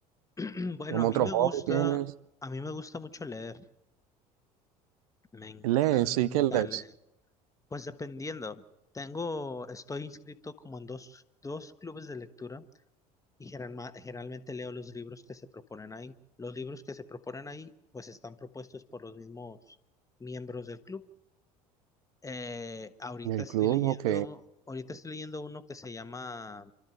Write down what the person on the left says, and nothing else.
<clears throat> Bueno,
a mí
me
gusta,
a mí me gusta mucho leer. Me encanta
leer. Pues dependiendo. Tengo, estoy inscrito como en dos, dos clubes de lectura y generalma- generalmente leo los libros que se proponen ahí. Los libros que se proponen ahí, pues están propuestos por los mismos miembros del club. Eh, ahorita
estoy
leyendo,
ahorita estoy leyendo uno que se llama